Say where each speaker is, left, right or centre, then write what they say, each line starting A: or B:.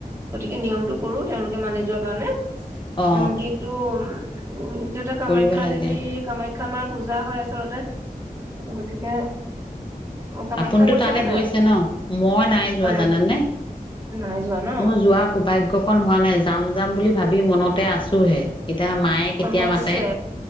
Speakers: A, on the right; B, on the left.
A: গতিকে নিয়মটো কৰো তেওঁলোকে মানি যোৱা কাৰণে।
B: অ
A: উম কিন্তু উম কামাখ্যা
B: কৰিব লাগে
A: দেৱী কামাখ্যা খামাৰ পূজা হয় আচলতে গতিকে কামাখ্যা
B: আপোনিতো
A: গৈছা
B: তালৈ
A: নে নাই?
B: গৈছে ন মই নাই যোৱা
A: কামাখ
B: জানানে
A: নাই যোৱা ন?
B: মোৰ যোৱা সৌভাগ্য কন হোৱা নাই। যাম যাম বুলি ভাবি মনতে আছোহে! এতিয়া মায়ে কেতিয়া
A: অৱশ্যে
B: মাতে